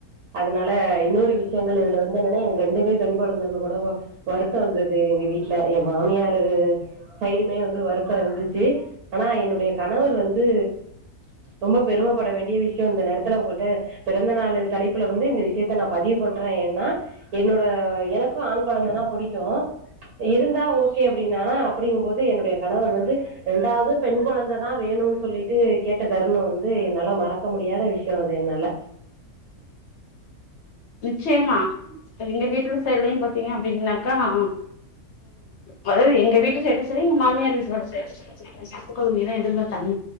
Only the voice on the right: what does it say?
அதனால இன்னொரு விஷயங்கள் இதுல வந்தனனா என் ரெண்டுமே பெண் கொழந்தைன்ன கூட வருத்த இருந்தது எங்க வீட்டுல என் மாமியாரு சைடுமே வந்து வருத்த இருந்துச்சு ஆனா என்னுடைய கணவர் வந்து ரொம்ப பெருமப்பட வேண்டிய விஷ்யோ இந்த நேரத்துல உங்கள்ட்ட பிறந்த நாளு தலைப்புல வந்து இந்த விஷ்யத்த நா பதிவு பண்றே ஏன்னா என்னோட எனக்கு ஆண் கொழந்தனா புடிக்கு இருந்தா ஓக்கே அப்டின்னா அப்படிங்கும்போ து என்னுடைய கணவர் வந்து இரண்டாவது பெண் கொழந்தை தா வேணுன் சொல்லீட்டு கேட்ட தருணோ வந்து என்னால மற க்க முடியாத விஷ்யோ அது என்னால